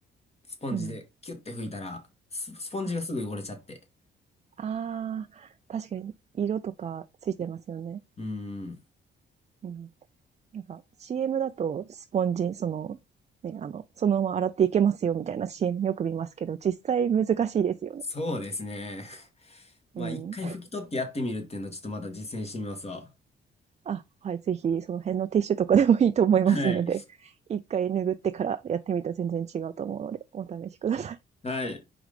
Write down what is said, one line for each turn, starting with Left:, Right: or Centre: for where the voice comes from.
Left: スポンジでキュッて拭いたら、
Right: うん。
Left: ス、スポンジがすぐ汚れちゃって。
Right: はい。ああ、確かに色とかついてますよね。
Left: うーん。
Right: うん。なんか CM だとスポンジ、その、ね、あの、そのまま洗っていけますよみたいな CM よく見ますけど、実際難しいですよね。
Left: そうですね。<laughs> まあ一回拭き取ってやってみるっていうのをちょっとまだ実践してみますわ。
Right: うん。あ、はい、ぜひその辺のティッシュとかでもいいと思いますので、
Left: はい。
Right: 一回拭ってからやってみたら全然違うと思うので、お試しください。
Left: はい。